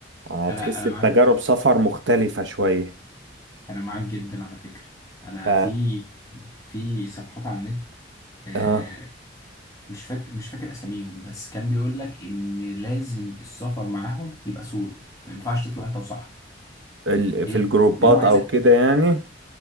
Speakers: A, on the right; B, on the left.
A: يعني
B: انا
A: هتحس
B: انا
A: بتجارب
B: معاك
A: سفر مختلفة شوية
B: انا معاك جدا على فكره انا
A: ف
B: في في صفحات على النت آه،
A: اه
B: مش فاكر مش فاكر اساميهم بس كان بيقول لك ان لازم السفر معاهم يبقى سولو ما ينفعش تطلع انت وصاحبك
A: ال...
B: ليه
A: في الجروبات
B: لانه عايزك
A: او كده يعني